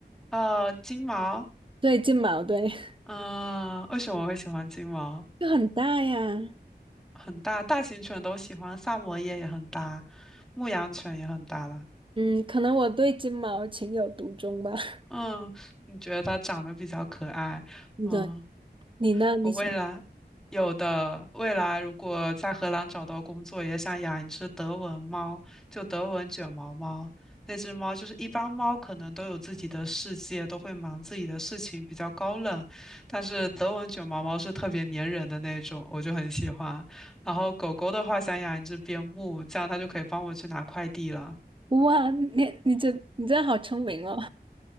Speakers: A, in the centre; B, on the right (about 30°).
A: 呃，金毛。
B: 对，金毛，对，<laughs>
A: 嗯，为什么我会喜欢金毛？
B: 就很大呀。
A: 很大，大型犬都喜欢，萨摩耶也很大，牧羊犬也很大了。
B: 嗯，可能我对金毛情有独钟吧。<laughs>
A: 嗯，你觉得它长得比较可爱？嗯，
B: 对，你呢？你想，
A: 我未来有的，未来如果在荷兰找到工作，也想养一只德文猫，就德文卷毛猫。那只猫就是一般猫可能都有自己的世界，都会忙自己的事情，比较高冷。但是德文卷毛猫是特别粘人的那种，我就很喜欢。然后狗狗的话，想养一只边牧，这样它就可以帮我去拿快递了。
B: 哇，你你这你真的好聪明哦！